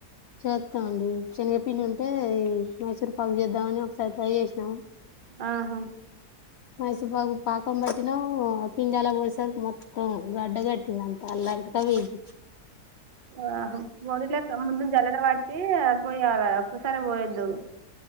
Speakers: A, on the left; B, on the right.
A: చేత్తమండి శనగపిండి ఉంటే ఈ మైసూర్ పాకు చేద్దామని ఒకసారి ట్రై చేసినా
B: ఆహా
A: మైసూర్పాకు పాకం పట్టిన పిండల్లా పోసే సరికి మొత్తం గడ్డ కట్టింది అంత అల్లాంటక పోయిన్ది
B: ఆ మడిలెంక ముందు జలె బట్టి పోయాల ఒక్కసారి పోయద్దు